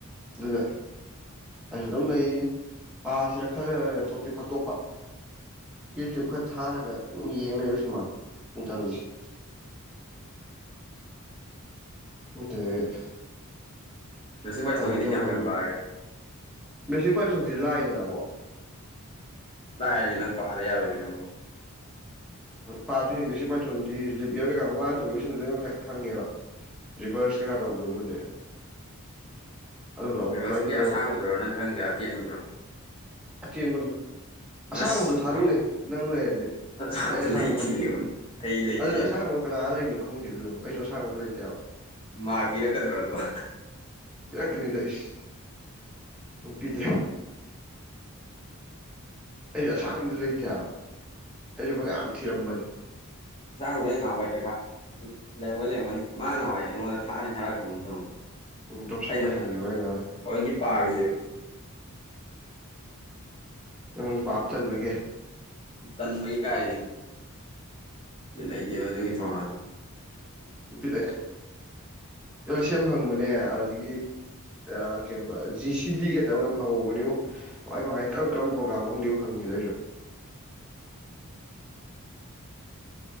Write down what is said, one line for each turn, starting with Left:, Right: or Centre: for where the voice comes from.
Centre: ꯑꯗꯨꯅ ꯑꯩ ꯑꯗꯨꯝ ꯂꯩꯔꯤꯖꯤꯅꯤ ꯄꯥꯁꯤꯔꯥ ꯈꯜꯂꯒ ꯂꯦꯞꯇꯣꯞꯇꯤ ꯐꯥꯛꯇꯣꯛꯄ ꯌꯨꯇ꯭ꯌꯨꯕ ꯈꯔ ꯊꯥꯔꯒ ꯑꯗꯨꯝ ꯌꯦꯡ ꯂꯩꯕ ꯁꯤꯅꯦꯃꯥꯁꯦ ꯑꯩꯅ ꯇꯧꯔꯤꯁꯦ꯫
Left: <unintelligible>
Centre: ꯑ
Left: ꯔꯤꯁꯤꯛ ꯋꯥꯏꯊꯣꯡꯒꯤꯗꯤ
Centre: ꯄꯥꯅꯤꯡꯗꯕ
Left: ꯀꯌꯥꯝ ꯀꯌꯥꯝ
Centre: ꯑꯗꯨ
Left: ꯄꯥꯔꯒꯦ
Centre: ꯕꯦꯁꯤ ꯄꯩꯊꯣꯗꯤ ꯂꯥꯏꯗꯅ ꯑꯃꯨꯛ
Left: ꯁꯗ ꯍꯥꯏꯔꯤꯁꯦ ꯅꯪ ꯄꯥꯗ ꯌꯥꯔꯣꯏꯃꯤ ꯅꯪꯕꯣ
Centre: ꯄꯥꯗꯣꯏꯅꯦ ꯦꯁꯤ ꯃꯥꯏꯊꯣꯟꯗꯤ ꯂꯤꯞꯔ ꯀꯩꯀꯥ ꯃꯃꯥꯡ ꯇꯧꯒꯦꯁꯤꯡ ꯈꯪꯉꯦꯕ ꯔ ꯀꯩꯀꯥ ꯇꯧꯕꯗꯨꯕꯨꯗꯤ ꯑꯗꯨꯗꯣ ꯑꯃꯨꯛꯀ
Left: ꯔꯤꯕꯁꯀꯤ
Centre: ꯑꯗꯨꯗꯣ
Left: ꯑꯁꯥꯡꯕꯗꯨꯔꯣ ꯅꯪ ꯈꯪꯉꯦꯥ ꯑꯇꯦꯟꯕꯗꯨꯔꯣ
Centre: ꯑꯇꯦꯟꯕꯗꯣ ꯑꯁꯥꯡꯕꯗꯣ
Left: ꯑꯁ
Centre: ꯊꯥꯔꯨꯎꯅꯦ ꯅꯪ ꯂꯩꯔꯗꯤ
Left: ꯑꯁꯥꯡꯕꯗꯣ
Centre: ꯑꯩ ꯑꯁꯥꯡꯕ
Left: ꯂꯩꯇꯤꯌꯦꯕ
Centre: ꯂꯩꯇꯦ
Left: ꯑꯩ ꯂꯩꯇꯤꯌꯦꯗꯣ
Centre: ꯑꯗꯨꯗꯤ ꯑꯁꯥꯡꯕꯗꯣ ꯀꯅꯥ ꯂꯩꯕꯅꯣ ꯈꯪꯗꯦ ꯑꯗꯨꯗ ꯑꯩꯁꯨ ꯑꯁꯥꯡꯕꯗ ꯂꯩꯇꯦꯕ
Left: ꯃꯥ ꯐꯤꯔꯒꯗꯔꯣ ꯑꯗꯨꯧꯕ
Centre: ꯄꯤꯔꯛ ꯀꯅꯤꯗ ꯏꯁ <unintelligible> ꯑꯩꯁꯨ ꯑꯁꯥꯡꯕꯗꯤ ꯂꯩꯇꯦ ꯍꯥꯏꯕ ꯑꯩꯁꯨ ꯐꯅꯌꯥꯝ ꯊꯤꯔꯝꯕꯅꯤ
Left: ꯍꯛꯆꯥꯡꯗꯨꯗ ꯑꯩ ꯉꯍꯥꯎꯋꯥꯏ ꯄꯩꯈꯥ ꯂꯩꯔꯝꯣꯏ ꯂꯩꯔꯝꯒꯅꯤ ꯃꯥ ꯉꯥꯎꯏ ꯑꯩꯉꯣꯟꯗ ꯊꯥꯔꯗꯤ ꯊꯥꯛ ꯇꯧꯅꯤ
Centre: ꯎꯝ ꯗꯣꯞꯁꯟꯗ
Left: ꯑꯩꯅ
Centre: ꯍꯪꯒꯦ ꯍꯣꯔꯦꯟ ꯉꯥꯏꯍꯥꯛ ꯂꯩꯔ
Left: ꯍꯦꯟꯗꯤ ꯄꯥꯔꯨꯁꯦꯕ
Centre: ꯅꯪꯁꯨ ꯄꯥꯕ ꯇꯟꯕꯒꯦ
Left: ꯇꯟꯕꯒꯤ ꯀꯥꯏ ꯂꯩꯇꯦꯕ ꯑꯗꯨꯒꯤ ꯄꯉꯜ
Centre: ꯕꯤ ꯁꯦꯝ ꯍꯪꯕꯅꯦ ꯑꯗꯨꯗꯒꯤ ꯀ ꯖꯤ ꯁꯤ ꯗꯤ ꯀꯩꯇ ꯍꯪꯍꯧꯕꯒꯅꯤ ꯀꯃꯥꯏ ꯀꯃꯥꯏ ꯀꯝ ꯀꯔꯝꯕ ꯄ꯭ꯔꯣꯒꯥꯝ ꯈꯪꯗꯦ ꯍꯪꯅꯤꯡ ꯗꯣꯏꯁꯨꯣ
Left: <inaudible>